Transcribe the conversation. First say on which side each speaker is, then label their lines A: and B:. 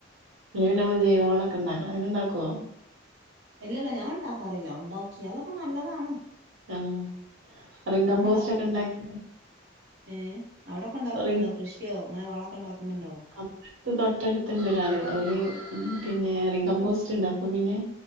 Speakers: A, on the right (about 85°); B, on the right (about 60°).
A: അല്ലെങ്കി പിന്നമ്മള് ജൈവ വളൊക്കെ ഇണ്ടാക്കണം അങ്ങനെ ഇണ്ടാക്കോ
B: ഇല്ലല്ല ഞാൻ ഉണ്ടാക്കാറില്ല ഉണ്ടാക്കിയാലൊക്കെ നല്ലതാണ്
A: ആഹ് റിംകമ്പോസ്റ്റ്
B: ഞാൻ ഇണ്ടാക്കാറില്ല
A: ഒക്കെ ഉണ്ടാക്കി
B: ഏഹ് അവിടൊക്കെ ഉണ്ടാക്കുന്നുണ്ടോ
A: റി
B: കൃഷി യോ അങ്ങനെ വളൊക്കെ ഉണ്ടാക്കുന്ന്ണ്ടോ?
A: അ തൊട്ടടുത്ത്ണ്ടൊരാള് ഓല് പിന്നെ റിംകമ്പോസ്റ്റ് ഇണ്ടാക്കും പിന്നെ